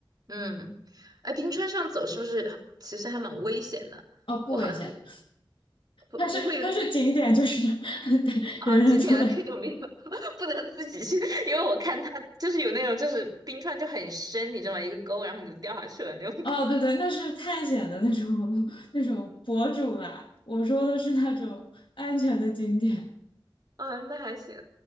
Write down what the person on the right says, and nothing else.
嗯，哎，冰川上走是不是其实还蛮危险的？
我好像不不会有那种
啊几点的那种没有，
<laughs> 不能自己去，因为我看他就是有那种就是冰川就很深，你知道吗？一个沟，然后你就掉下去了那种
啊，那还行，